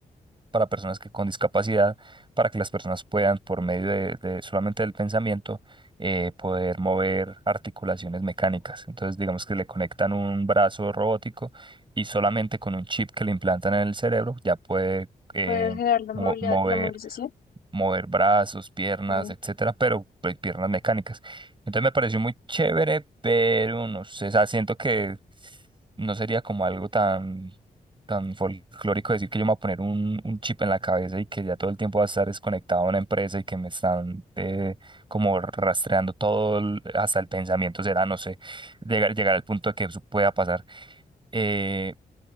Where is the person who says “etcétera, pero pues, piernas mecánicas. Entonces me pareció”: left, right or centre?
Right